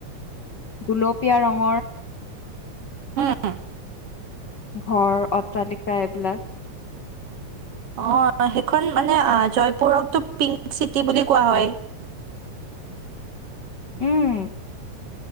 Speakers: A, on the left; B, on the right.
A: গোলপীয়া ৰং।
B: উম।
A: ঘৰ অট্টালিকা এইবিলাক।
B: অ', সেইখন মানে জয়পুৰকো পিংক চিটি বুলি কোৱা হয়। <inaudible>
A: উম,